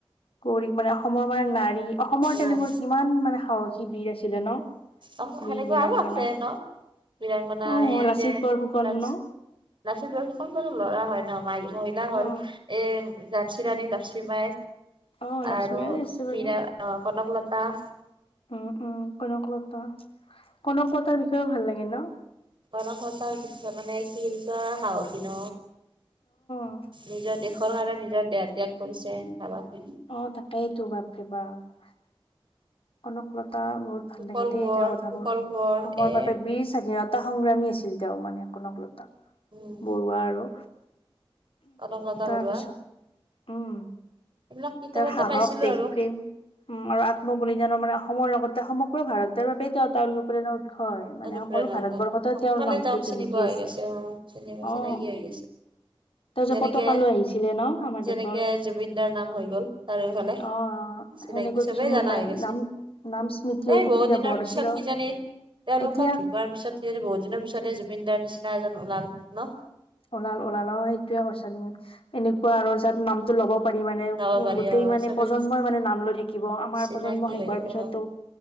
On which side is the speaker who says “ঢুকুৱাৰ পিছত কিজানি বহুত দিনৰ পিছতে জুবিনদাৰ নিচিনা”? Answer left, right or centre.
Right